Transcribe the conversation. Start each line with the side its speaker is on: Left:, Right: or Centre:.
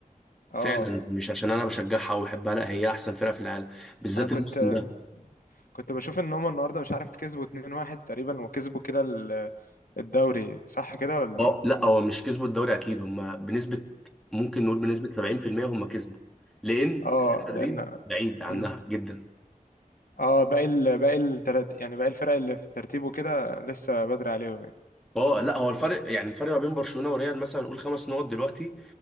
Left: اه
Centre: فعلا مش عشان انا بشجعها وبحبها لا هي احسن فرقه في العالم بالذات
Left: انا كنت
Centre: الموسم ده
Left: كنت بشوف ان هم النهارده مش عارف كسبوا 2-1 تقريبا وكسبوا كده ال- الدوري صح كده ولا
Centre: اه لا هو مش كسبوا الدوري اكيد هم بنسبه ممكن نقول بنسبه 70% هم كسبوا لان
Left: اه
Centre: ريال مدريد
Left: لان
Centre: بعيد عنها
Left: مم.
Centre: جدا
Left: اه باقي ال... باقي التلات يعني باقي الفرق اللي في الترتيب وكده لسه بدري عليهم يعني
Centre: اه لا هو الفرق يعني الفرق ما بين برشلونة وريال مثلا نقول خمس نقط دلوقتي